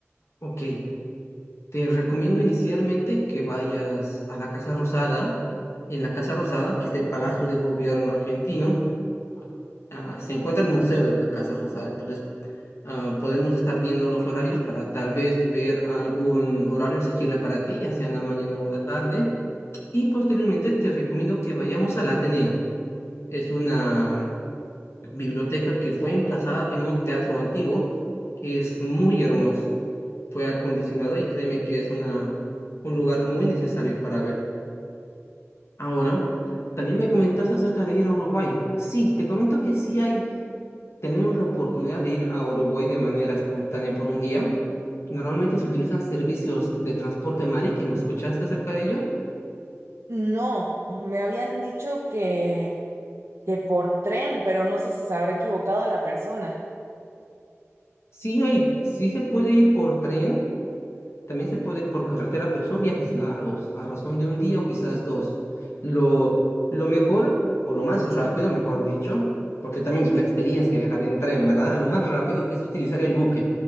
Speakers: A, on the left; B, on the right.
A: Ok, Te recomiendo inicialmente que vayas a la Casa Rosada. En la Casa Rosada, que es el Palacio de Gobierno argentino, ah, se encuentra el Museo de la Casa Rosada. Entonces, ah, podemos estar viendo los horarios para tal vez ver algún horario asequible para ti, ya sea en la mañana o en la tarde. Y posteriormente te recomiendo que vayamos al Ateneo. Es una biblioteca que fue emplazada en un teatro antiguo que es muy hermoso fue acondicionado y créeme que es una, un lugar muy necesario para ver. Ahora, también me comentaste acerca de ir a Uruguay. Sí, te comento que sí hay, tenemos la oportunidad de ir a Uruguay de manera espontánea por un día. Normalmente se utilizan servicios de transporte marítimo. ¿Escuchaste acerca de ello?
B: No, me habían dicho que, que por tren, pero no sé si se habrá equivocado la persona.
A: Sí hay, sí se puede ir por tren También se puede ir por carretera, pero son viajes largos, a razón de un día o quizás dos. Lo, lo mejor, o lo más rápido, mejor dicho, porque también es una experiencia viajar en tren, ¿verdad? Lo más rápido es utilizar el buque